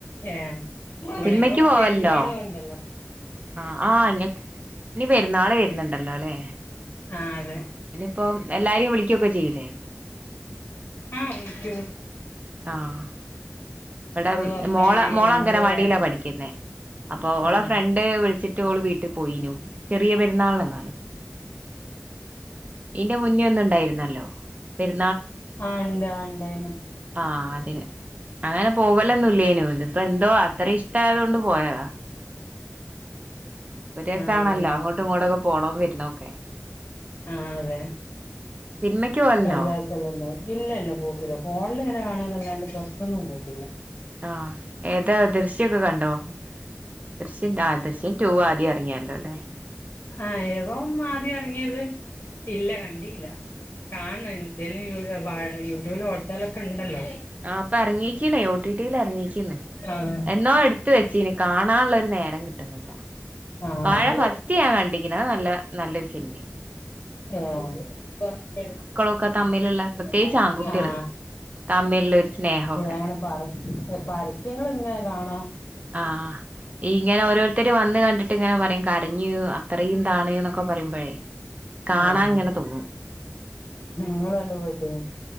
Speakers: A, on the left; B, on the right.
A: ഏഹ് ബടപ്പം
B: സിനിമയ്ക്ക് പോവലുണ്ടോ
A: പെരുന്നാളുണ്ടല്ലോ
B: ആഹ് ആഹ് ലെ നി പെരുന്നാള് വരുന്നുണ്ടല്ലോ ല്ലേ
A: ആ അതെ
B: പ്പം എല്ലാരിം വിളിയ്ക്കൊക്കെ ചെയ്യും
A: ആഹ് വിളിയ്ക്കും
B: ആഹ് വിടെ
A: തുറക്കാനായി
B: മോള മോള
A: എല്ലാം
B: അങ്കനവാടിയിലാ
A: കൂടെ ആയല്ലോ
B: പഠിക്കുന്നേ അപ്പൊ ഓളെ
A: ആ
B: ഫ്രണ്ട് വിളിച്ചിട്ട് ഓള് വീട്ട് പോയിനു ചെറിയ പെരുന്നാള് നെങ്ങാനും ഇന്റെ മുന്നേ ഒന്ന്ണ്ടായിരുന്നല്ലോ പെരു
A: ആഹ് ണ്ട് ആ ണ്ടായിനു
B: ആഹ് അതിന് അങ്ങനെ പോവലൊന്നുല്ലേനു ഇതിപ്പ ന്തോ അത്ര ഇഷ്ടയതോണ്ട് പോയതാ പ്പൊ രസാണല്ലോ
A: ആ അങ്ങനെ
B: അങ്ങോട്ടും ങ്ങോട്ടൊ പോണതും വര്ണൊക്കെ
A: ആഹ് അതെ
B: സിനിമക്ക് പോവലുണ്ടോ
A: രു ദെവസല്ലല്ലോ ഇല്ലല്ല പോക്കില്ല ഫോണ്ല്ങ്ങനെ ങ്ങനെ കാണന്നല്ലാതെ പൊറ്ത്തൊന്നും പോക്കില്ല
B: ആഹ് ഏതാ ദൃശ്യൊക്കെ കണ്ടോ ദൃശ്യം ആ ദൃശ്യം ടു ആദ്യം റങ്ങിയ ല്ലല്ലേ
A: ആഹ് ഏതോന്ന് ആദ്യറങ്ങിയത് ഇല്ല കണ്ടീല്ല കാണ് <unintelligible> യൂട്യൂബിലും ഹോട്‌സ്റ്റാറിലൊക്കെ ണ്ടല്ലോ
B: ആ പ്പൊ റങ്ങിക്ക്ണേ ഒടിടില് ഇറങ്ങിക്ക്ന്ന്
A: ആ
B: എന്നോ എടുത്ത് വെച്ചിന് കാണാള്ളൊരു നേ കിട്ടുന്നില്ല
A: ആഹ്
B: വാഴ ഫസ്റ്റ് ഞാൻ കണ്ടി ഇതാ നല്ല നല്ലൊരു സിനിമാണ്
A: ഓ ആഹ് ആഹ്
B: ഒക്കെ തമ്മിലുള്ള പ്രത്യേകിച്ച്
A: ഞൻ കണ്ട്
B: ആൺകുട്ടികള്
A: ഞാ
B: തമ്മിലുള്ള ഒരു സ്നേഹമൊക്കെ
A: ങ്ങനെ പറ പരസ്യങ്ങള് ങ്ങനെ കാണാ
B: ആഹ് ഇങ്ങനെ ഓരോരുത്തര് വന്ന് കണ്ടി ഇങ്ങനെ പറീം ക ഞ് അത്രയും താണ് നൊ ഒക്കെ പറയുമ്പഴേ കാണാൻ
A: ആഹ്
B: ഇങ്ങനെ തോന്നും
A: നിങ്ങള് കണ്ടു പോയിട്ട്